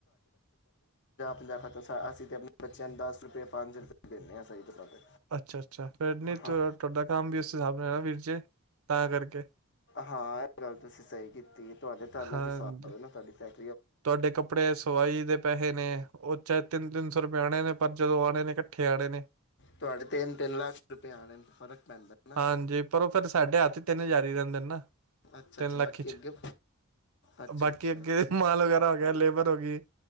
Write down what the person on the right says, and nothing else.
ਅੱਛਾ-ਅੱਛਾ ਫੇਰ ਨੀ
ਤੁਐ ਤਾਡਾ ਕੰਮ ਬੀ ਇਸ ਹਿਸਾਬ ਨਾਲ ਨਾ ਹੋਐ ਵੀਰਜੀ ਤਾਂ ਕਰਕੇ।
ਹਾਂਜੀ
ਤੁਹਾਡੇ ਕੱਪੜੇ ਸਵਾਈ ਦੇ ਪੈਹੇ ਨੇ ਓਹ ਚਾਹੇ ਤਿੰਨ ਤਿੰਨ ਸੌ ਰੁਪੇ ਆਣੇ ਨੇ ਪਰ ਜਦੋਂ ਆਣੇ ਨੇ ਇਕੱਠੇ ਆਣੇ ਨੇ
ਹਾਂਜੀ, ਪਰ ਔ ਫੇਰ ਸਾਡੇ ਹੱਥ ਤਿੰਨ ਹਜਾਰ ਈ ਰੈੰਦੇ ਨੇ ਨਾ।
ਤਿੰਨ ਲੱਖ
ਚ
ਬਾਕੀ ਅੱਗੇ ਮਾਲ ਵਗੈਰਾ ਹੋ ਗਿਆ ਲੇਬਰ ਹੋ ਗਈ